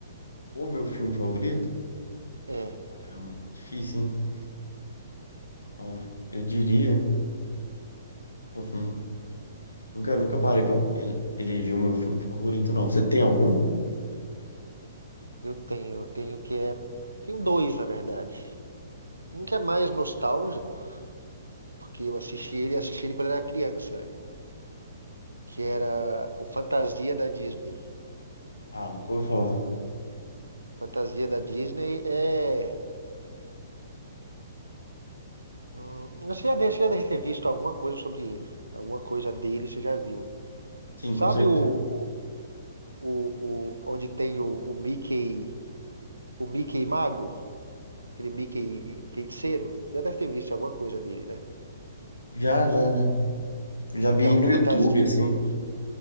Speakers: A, on the left; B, on the right.
A: O meu filme favorito?
B: É,
A: Caramba, difícil, hein? Ah, eu diria. Pô, hum, nunca, nunca parei pra ele- eleger o meu filme favorito, não. Você tem algum?
B: eu tenho, eu tenho que é. Tenho dois, na verdade. Um que é mais nostálgico, porque eu assisti ele, assisti ele quando era criança, né? Que era o Fantasia da Disney.
A: Ah, nunca ouvi falar.
B: Fantasia da Disney é. Hum, você já deve, você já deve ter visto alguma coisa sobre ele. Alguma coisa dele você já viu.
A: Sim,
B: Sabe
A: com certeza.
B: o, o, o, o- onde tem o, o Mickey, o Mickey Mago? Aquele Mickey feiticeiro? Já deve ter visto alguma coisa dele, né?
A: Já, já, já. Já
B: Então,
A: vi no
B: o Fantasia,
A: YouTube, assim.